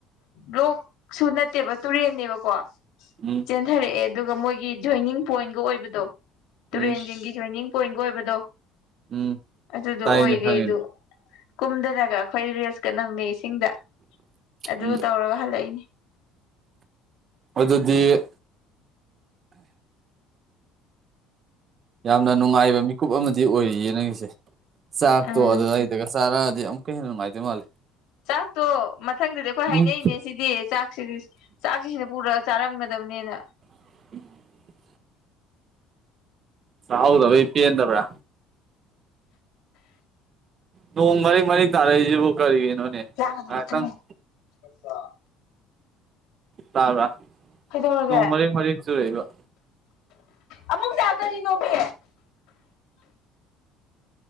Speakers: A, on the left (about 75°); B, on the right (about 40°).
A: ꯂꯣꯛꯁꯨ ꯅꯠꯇꯦꯕ ꯇꯨꯔꯦꯟꯅꯦꯕꯀꯣ
B: ꯎꯝ
A: ꯆꯦꯟꯊꯔꯛꯑꯦ ꯑꯗꯨꯒ ꯃꯣꯏꯒꯤ ꯖꯣꯏꯅꯤꯡ ꯄꯣꯏꯟꯒ ꯑꯣꯏꯕꯗꯣ ꯇꯨꯔꯦꯟꯁꯤꯡꯒꯤ
B: ꯎꯝ
A: ꯖꯣꯢꯟꯅꯤꯡ ꯄꯣꯏꯟꯒ ꯑꯣꯏꯕꯗꯣ
B: ꯎꯝ
A: ꯑꯗꯨꯗꯣ
B: ꯇꯥꯏꯅꯦ
A: ꯑꯣꯏꯔꯦ
B: ꯈꯪꯉꯤꯅꯦ
A: ꯑꯗꯨ ꯀꯨꯝꯗꯅꯒ ꯑꯩꯈꯣꯏꯗꯤ ꯔꯤꯜꯁꯀ ꯅꯝꯃꯦ ꯏꯁꯤꯡꯗ ꯑꯗꯨꯒ
B: ꯎꯝ
A: ꯇꯧꯔꯒ ꯍꯜꯂꯛꯏꯅꯤ
B: ꯑꯗꯨꯗꯤ ꯌꯥꯝꯅ ꯅꯨꯡꯉꯥꯏꯕ ꯃꯤꯀꯨꯞ ꯑꯃꯗꯤ ꯑꯣꯏꯔꯤꯌꯦ ꯅꯪꯒꯤꯁꯦ ꯆꯥꯛꯇꯣ
A: ꯎꯝ
B: ꯑꯗꯨꯗ ꯑꯩꯗꯒ ꯆꯥꯔꯛꯑꯗꯤ ꯑꯝ <unintelligible> ꯍꯦꯟꯅ ꯅꯨꯡꯉꯥꯏꯗꯣꯏ ꯃꯥꯜꯂꯦ
A: ꯆꯥꯛꯇꯣ ꯃꯊꯪꯗꯗꯤ ꯑꯩꯈꯣꯏ ꯍꯥꯏꯅꯩꯅꯦ
B: ꯎꯝ
A: ꯁꯤꯗꯤ ꯆꯥꯛ ꯁꯤꯗꯤ ꯆꯥꯛꯁꯤ ꯁꯤꯗ ꯄꯨꯔꯛꯑ ꯆꯥꯔꯝꯒꯗꯕꯅꯦꯅ
B: <inaudible> ꯆꯥꯍꯧꯗꯕꯩ ꯄꯦꯟꯗꯕ꯭ꯔꯥ ꯅꯣꯡ ꯃꯔꯤꯛ ꯃꯔꯤꯛ ꯇꯥꯔꯛꯏꯖꯤꯕꯨ ꯀꯔꯤꯒꯤꯅꯣꯅꯦ
A: ꯂꯥꯡꯒꯅꯣ
B: ꯉꯥꯏꯍꯥꯛꯇꯪ
A: ꯑꯝꯇꯅꯦ <unintelligible>
B: ꯇꯥꯕ꯭ꯔꯥ
A: ꯀꯩꯗꯧꯔꯒꯦ
B: ꯅꯣꯡ ꯃꯔꯤꯛ ꯃꯔꯤꯛ ꯆꯨꯔꯛꯏꯕ
A: ꯑꯕꯨꯡꯆꯥ ꯀꯔꯤꯅꯣꯃꯦ